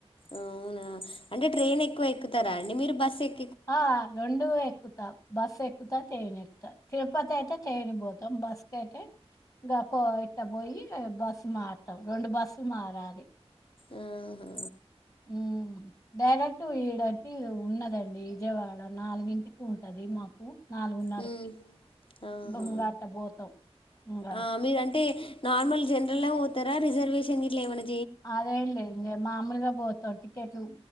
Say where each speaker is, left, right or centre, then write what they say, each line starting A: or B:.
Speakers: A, on the left; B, on the left.
A: అవునా అంటే ట్రైన్ ఎక్కువ ఎక్కుతారా అండి మీరు బస్సు ఎక్కు
B: ఆ రెండ ఎక్కుతావు బస్సు ఎక్కుతా ట్రన్ ఎక్కుతా తిరుపతి అయితే ట్రైన్ పోతాం బస్ క అయితే ఇంకా కో ఇట్ట పోయి బస్సు మారతాం రెండు బస్సులు మారాలి
A: ఆా
B: ఉ డైరెక్ట్ వడంటి ఉన్నదండి విజయవాడ నాలుగింటికి ఉంటది అరే మాకు నాలుగున్నరకి
A: ఉమ్ ఆహా
B: బంగాట పోతాం ఇంగా
A: ఆ మీరంటే నార్మల్ జనరల్ పోతారా రిజర్వేషన్ ఇట్ ఏమకి
B: అదే లే ఇం మామూలుగా పోతు టికెట్లు